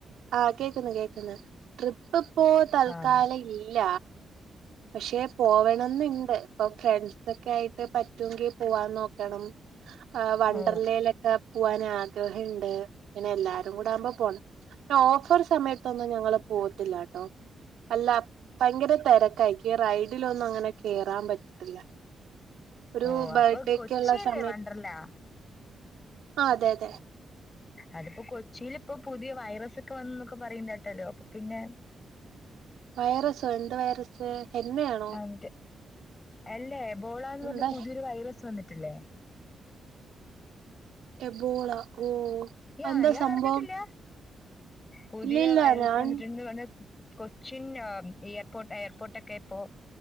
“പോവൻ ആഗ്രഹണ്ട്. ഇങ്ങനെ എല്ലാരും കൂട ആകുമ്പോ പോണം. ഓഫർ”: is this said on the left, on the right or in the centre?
Right